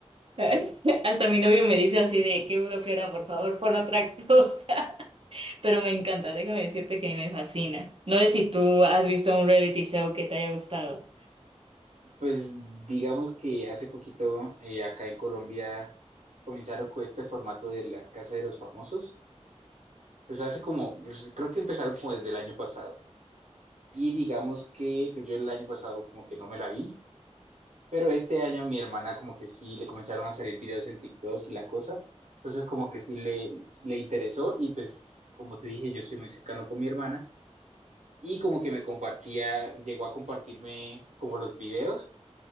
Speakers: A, on the right (about 50°); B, on the right (about 80°).
A: <laughs> Hasta mi novio me dice así de qué flojera, por favor, pon otra cosa. <laughs> Pero me encanta, déjame decirte que me fascina. No sé si tú has visto un reality show que te haya gustado.
B: Pues digamos que hace poquito eh, acá en Colombia comenzaron con este formato de la Casa de los Famosos. Pues hace como, pues, creo que empezaron como desde el año pasado. Y digamos que pues yo el año pasado como que no me la vi, Pero este año mi hermana como que sí le comenzaron a salir videos en TikTok y la cosa. Entonces como que sí le, le interesó y pues como te dije, yo soy muy cercano con mi hermana y como que me compartía, llegó a compartirme como los videos.